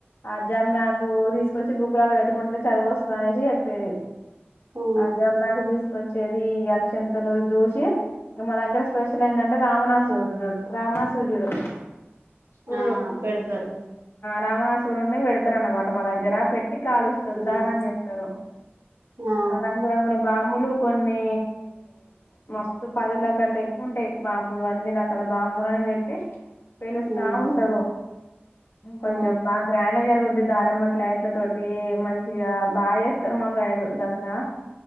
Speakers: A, on the left; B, on the right.
A: ఆ జమ్మె కు తీసు వచ్చి బుక్ అలా పెట్టుకుంటే చదివెస్తరని అనేసి చెప్పేది
B: హ్మ్
A: ఆ జమ్మి ఆకు తీసుకొచ్చి అది ఇక అక్షంతలు చూసి ఇంకా మా దగ్గర స్పెషల్ ఏందంటే రామనాసుర కద రావణాసురుడు చూడు
B: ఆ పెడతారు
A: రామణాసురున్ని పెడుతారు అన్నమాట మా దగ్గర ట్టి కాలుస్తారు
B: ఉమ్
A: దహనం చేస్తారు
B: ఆ
A: రంగురంగుల బాణ బాంబులు కొన్ని మస్తు పదుల కంటే ఎక్కువ ఉంటాయి బాంబులు అన్ని రకాల బాంబులను పెట్టి పేలుస్తా
B: ఉమ్
A: ఉంటారు కొంచెం
B: ఆ
A: బాగా గ్రాండ్ జరగుద్ది దారాం కట్లాయిట్ ఇ తోటి మంచిగా బాగా చేస్తారు మాసైడు దసరా